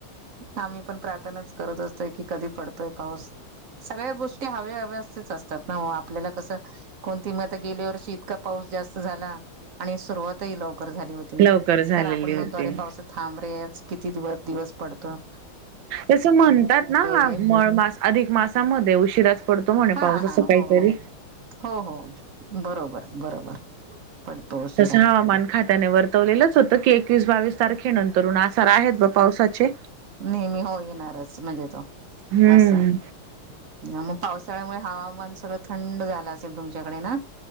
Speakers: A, on the right; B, on the right.
A: आम्ही पण प्रार्थनाच करत असतोय की कधी पडतोय पाऊस. सगळ्या गोष्टी हव्या -हव्या असेच असतात ना हो आपल्याला कसं कोणती ती मध्ये गेल्या वर्षी इतका पाऊस जास्त झाला. आणि सुरुवातही लवकर झाली होती.
B: लवकर झालेली
A: तर आपण म्हणतो
B: होती
A: अरे पावस थांब रेच किती दिवस- दिवस पडतं.
B: तस म्हणतात ना
A: रे
B: म मास अधिक मासामध्ये उशिरास पडतो म्हणे
A: हा
B: पाऊस.
A: हो
B: असं काहीतरी
A: हो हो हो बरोबर बरोबर पडतो उशिरा.
B: तसं हवामान खात्याने वर्तवलेलंच होतं. की एकवीस बावीस तारखे नंतरून आसार आहेत बवा पावसाचे
A: नेहमी हो येणारच म्हणजे तो
B: हम्म
A: अस मग पाऊस त्यामुळे हवामान सगळं थंड झालं असेल तुमच्याकडे ना